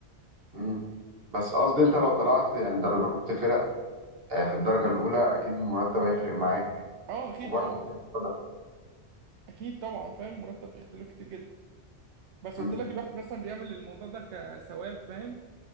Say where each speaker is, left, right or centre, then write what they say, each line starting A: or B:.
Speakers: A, on the right; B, on the right.
A: امم بس قصدي انت لو طلعت يعني دربت فرق آه، في الدرجه الاولى اكيد المرتب هيفرق معاك
B: اه اكيد
A: وبرده
B: طبعا
A: كرة قدم
B: اكيد طبعا فاهم مرتب بيختلف كتير جدا بس
A: أمم،
B: قلت لك الواحد مثلا بيعمل الموضوع ده كثواب فاهم